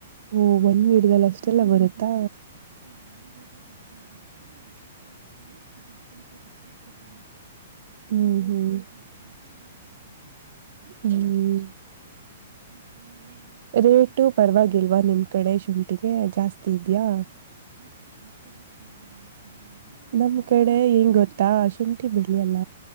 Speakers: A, on the right; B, on the right.
A: ಓ ಒಂದ್ ಗಿಡ್ದದಲ್ಲಿ ಅಷ್ಟೆಲ್ಲ ಬರುತ್ತಾ
B: ಹಾ ಒಂದು ಗಿಡದಲ್ಲಿ ಅಷ್ಟು ಬರುತ್ತೆ ನಾವು ಎಷ್ಟ ಹಾಕ್ತೀವಿ ಅದು ಶುಂಠಿ ರೇಟ್ ಮೇಲೆ ಡಿಪೆಂಡ್ ಅದು ಶುಂಠ
A: ಹ್ಮ್
B: ಈಗ್
A: ಹ್ಮ್
B: ರೇಟ್ ಜಾಸ್ತಿ ಆದ್ರೆ ನಮಗ್ ಲಾಭ ಜಾಸ್ತಿ ಆಗುತ್ತೆ
A: ಹ್ಮ್
B: ಮತ್ತು ಮಳೆಯಲ್ಲಿ ಬೆಳೆ
A: ರೇಟು
B: ಮಳೆಯೆಲ್ಲ
A: ಪರವಾಗಿಲ್ವಾ
B: ಕ
A: ನಿಮ್ ಕಡೆ ಶುಂಠಿ ಶುಂಠಿಗೆ ಜಾಸ್ತಿ ಇದ್ಯಾಯಾ
B: ಹಾ ಶುಂಠಿ ರೇಟ್ ಪರವಾಗಿಲ್ಲ ಚೆನ್ನಾಗಿದೆ ಅದು
A: ನಮ್
B: ಒಂದೊಂದು
A: ಕಡೆ ಹೆಂಗ್ ಗೊತ್ತಾ ಶುಂಠಿ ಬೆಳಿಯಲ್ಲ